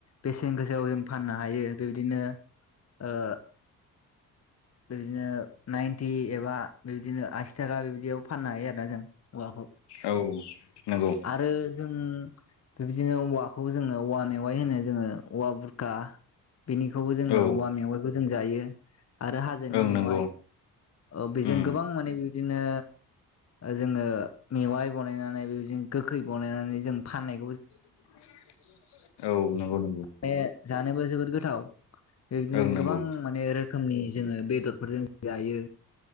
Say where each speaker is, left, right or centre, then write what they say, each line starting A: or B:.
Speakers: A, on the left; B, on the left.
A: बेसेन गोसाायाव जों फाननो हायो बेबायदिनो ओ बिबादिनो नाइनटि एबा बिबादिनो आसि थाखा बिबदियाव फाननो हायो आरोना जों औवाखौ।
B: औ नंगौ
A: आरो जों बेबादिनो औवाखौ जोङो औवा मेवाइ होनो जोङो औवा बुरखा बेनिखौबो जोङो
B: औ
A: औवा मेवाइखौ जों जायो। आरो हाजोनि
B: ओं
A: मेवाइ
B: नंगौ
A: ओ बेजों
B: उम
A: गोबां माने बेबा बिदिनो जोङो मेवाइ बनायनानै बेबायदिनो गोखै बनायनानै जों फाननाय
B: <inaudible> नंगौ नंगौ
A: बे जानोबो जोबोद गोथाव बेबादिनो
B: ओं नंगौ
A: गोबां माने रो खोमनि जोङो बेदरफोरजों जायो